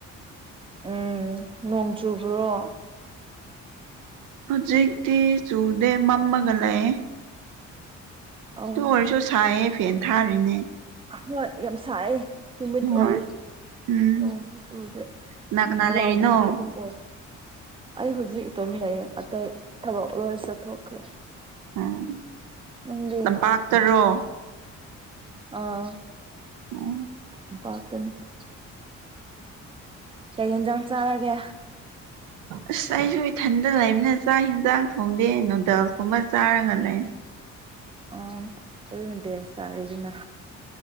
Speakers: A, on the right; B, on the right.
A: ꯎꯝ ꯅꯣꯡ ꯆꯨꯕ꯭ꯔꯣ
B: ꯍꯧꯖꯤꯛꯇꯤ ꯆꯨꯗꯦ ꯃꯝꯃꯒ ꯂꯩꯑ
A: ꯑꯣ
B: ꯑꯗꯨ ꯑꯣꯏꯔꯁꯨ ꯁꯥꯏꯌꯦꯦ ꯐꯦꯟ ꯊꯥꯔꯤꯅꯦ
A: ꯍꯣꯏ ꯌꯥꯝꯁꯑ ꯅꯨꯃꯤꯠ
B: ꯍꯣꯏ
A: ꯑꯣꯏꯌꯦ
B: ꯎꯝ
A: ꯅꯣꯡ ꯆꯗ
B: ꯀꯅꯥ ꯀꯅꯥ
A: ꯄꯨꯂꯥꯎꯗꯤꯗꯤ
B: ꯂꯩꯔꯤꯅꯣ
A: ꯑꯗꯨꯝ ꯑꯣꯏ ꯑꯩ ꯍꯧꯖꯤꯛ ꯑꯗꯨꯝ ꯂꯩ ꯑꯇꯩ ꯊꯕꯛ ꯂꯣꯏ ꯆꯠꯊꯣꯛꯈ꯭ꯔꯦ
B: ꯎꯝ
A: ꯅꯪꯗꯤ
B: ꯅ ꯄꯥꯠꯇꯔꯣ
A: ꯑꯥ
B: ꯎꯝ
A: <inaudible> ꯀꯩ ꯌꯦꯟꯖꯥꯡ ꯆꯥꯔꯒꯦ
B: ꯑꯁ ꯑꯩꯁꯨ ꯏꯊꯟꯇ ꯂꯩꯕꯅ ꯆꯥꯛ ꯌꯦꯟꯁꯥꯡ ꯊꯣꯡꯗꯦ ꯅꯨꯗꯜꯁ ꯀꯨꯝꯕ ꯆꯥꯔꯒ ꯂꯩ
A: ꯑꯣ ꯑꯗꯨꯅ ꯕꯦꯁ ꯇꯥꯔꯦ ꯑꯗꯨꯅ